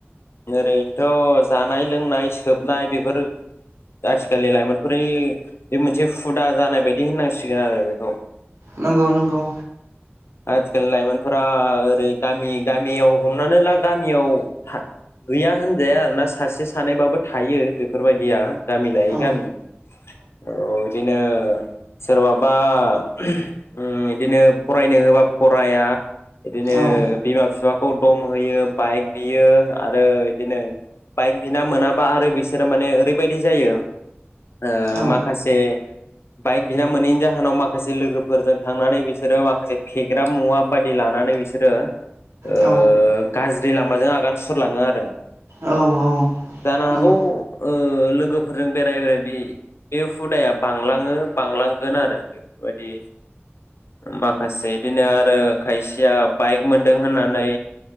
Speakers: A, on the left (about 70°); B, on the right (about 85°).
A: जेरै थ' जानाय लोंनाय सोबनाय बेफोर आथिखालनि लाइमोनफोरनि बे मोनसे हुदा जानाय बायदि होननांसिगोन आरो बेखौ ।
B: नंगौ नंगौ
A: आथिखाल लाइमोनफोरा ओरै गामि गामियाव हमनानै ला गामियाव था गैया होनजाया आरोना सासे सानैबाबो थायो बेफोरबायदिया गामि लायै
B: औ
A: गामि औ बिदिनो सोरबाबा उम बिदिनो फरायनो होबा फराया बिदिनो
B: औ
A: बिमा बिफाखौ दम होयो बाइक बियो आरो बिदिनो बाइक बिना मोनाबा आरो बिसोरो माने ओरैबायदि जायो ओ
B: औ
A: माखासे बाइक बिना मोनैनि जाहोनाव माखासे लोगोफोरजों थांनानै बिसोरो माखासे फेग्रा मुवा बायि लानानै बिसोरो ओ
B: औ
A: गाज्रि लामाजों आगान सुरलाङो आरो ।
B: औ औ
A: जानो हागौ
B: नंगौ
A: ओ लोगोफोरजों बेराय बेराय बे बे हुदाया बांलाङो बांलांगोन आरो बेफोरबायदि माखासे बिदिनो आरो खायसेया बाइक मोनदों होननानै